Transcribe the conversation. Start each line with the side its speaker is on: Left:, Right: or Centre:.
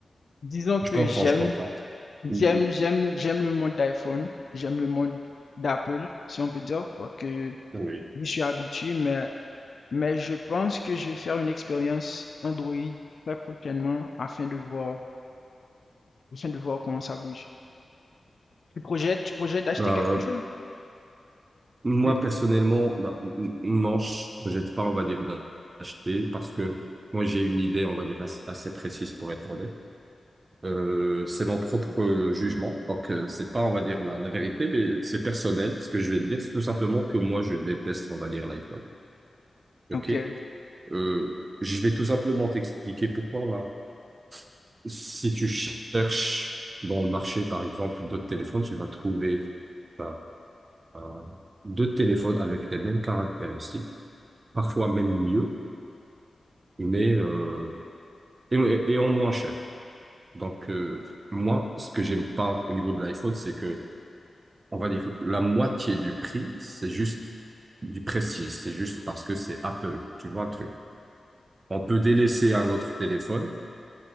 Left: disons
Right: je
Left: que
Right: comprends,
Left: j'aime.
Right: je comprends.
Left: J'aime
Right: Oui.
Left: j'aime j'aime le monde d'iPhone, j'aime le monde d'Apple, si on peut dire, parce que
Right: oui.
Left: je suis habitué, mais, mais je pense que je vais faire une expérience Android très prochainement afin de voir, afin de voir comment ça bouge. Tu projettes, tu projettes d'acheter
Right: Ben,
Left: quelque chose?
Right: moi,
Left: Tu-
Right: personnellement, ben, n- non, je ne projette pas, on va dire, d'acheter parce que moi, j'ai une idée, on va dire, assez assez précise pour être honnête. Euh, c'est mon propre euh, jugement. Donc, euh, c'est pas, on va dire, la, la vérité, mais c'est personnel. Ce que je vais te dire, c'est tout simplement que moi, je déteste, on va dire, l'iPhone. OK?
Left: Ok, euh,
Right: Euh, je vais tout simplement t'expliquer pourquoi. Bah, si tu cherches dans le marché, par exemple, d'autres téléphones, tu vas trouver bah, un- deux téléphones avec les mêmes caractéristiques, parfois même mieux, mais euh, et, et en moins cher. Donc, euh, moi, ce que j'aime pas au niveau de l'iPhone, c'est que on va dire la moitié du prix, c'est juste du prestige, c'est juste parce que c'est Apple, tu vois le truc. On peut délaisser un autre téléphone,